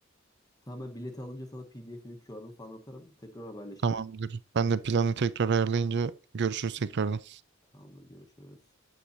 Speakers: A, on the left; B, on the right.
A: Tamam ben bileti alınca sana PDF'ini, QR'ını falan atarım. Tekrar haberleşiriz.
B: Tamamdır. Ben de planı tekrar ayarlayınca görüşürüz tekrardan.
A: Tamamdır görüşürüz.